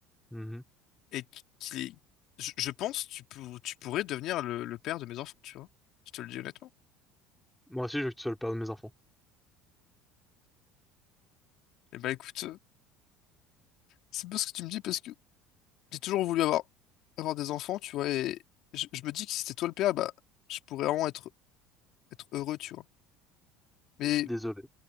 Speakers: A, in the centre; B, on the left.
A: Mhm.
B: et qui, est- je, je pense, tu, pour- tu pourrais devenir le, le père de mes enfants, tu vois. Je te le dis honnêtement.
A: Moi aussi, je veux que tu sois le père de mes enfants.
B: Et bah écoute, euh, c'est bien ce que tu me dis parce que j'ai toujours voulu avoir, avoir des enfants, tu vois, et je, je me dis que si c'était toi le père, bah, je pourrais vraiment être, être heureux, tu vois. Mais,
A: Je suis désolé.